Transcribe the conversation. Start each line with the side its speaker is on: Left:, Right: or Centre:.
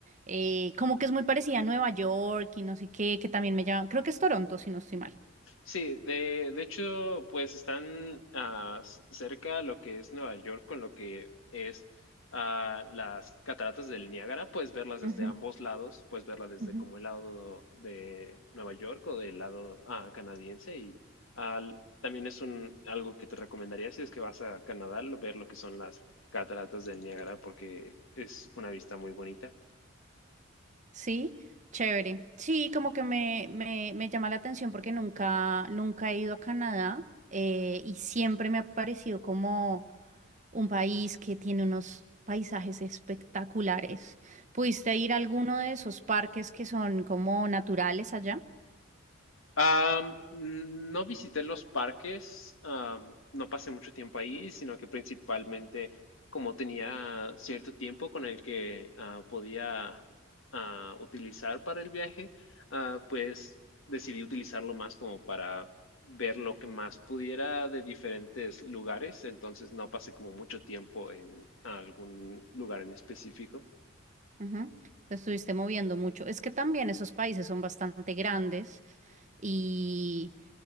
Right: eh, como que es muy parecida a Nueva York y no sé qué, que también me llaman, creo que es Toronto, si no estoy mal.
Left: Sí, de, de hecho, pues están ah, s- cerca a lo que es Nueva York con lo que es ah, las cataratas del Niágara. Puedes verlas desde
Right: Ujú,
Left: ambos lados, puedes verlas desde
Right: ujú.
Left: como el lado de Nueva York o del lado ah, canadiense. Y al- también es un, algo que te recomendaría si es que vas a Canadá, lo- ver lo que son las cataratas del Niágara porque es una vista muy bonita.
Right: Sí, chévere. Sí, como que me, me, me llama la atención porque nunca, nunca he ido a Canadá eh, y siempre me ha parecido como un país que tiene unos paisajes espectaculares. ¿Pudiste ir a alguno de esos parques que son como naturales allá?
Left: Am, no visité los parques, am, no pasé mucho tiempo ahí, sino que principalmente como tenía cierto tiempo con el que ah, podía ah, utilizar para el viaje, ah, pues decidí utilizarlo más como para ver lo que más pudiera de diferentes lugares, entonces no pasé como mucho tiempo en algún lugar en específico.
Right: Ujú. Te estuviste moviendo mucho. Es que también esos países son bastante grandes y